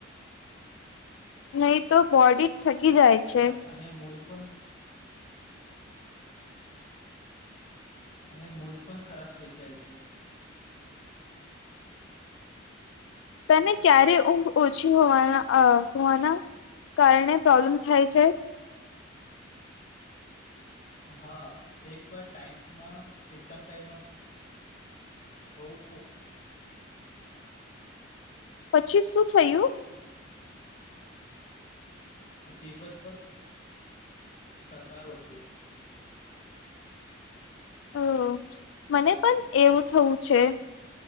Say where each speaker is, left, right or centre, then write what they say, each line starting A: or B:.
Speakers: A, on the left (about 70°); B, on the left (about 35°).
A: નહી તો બોડી થકી જાય. છે
B: જાય અને મૂળ પણ અને મડ પણ ખરાબ થઈ જાય છે.
A: તને ક્યારે ઊંઘ ઓછી હોવાના હોવાના કારણે પ્રોબ્લેમ્સ થય છે.
B: હા એક વાર ટાઈમમા એક્ઝામ ટાઈમમા બવ ઓ
A: પછી શું થયુ.
B: દિવસ પર થકાવ હતુ.
A: હ મને પણ એવું થવુ છે.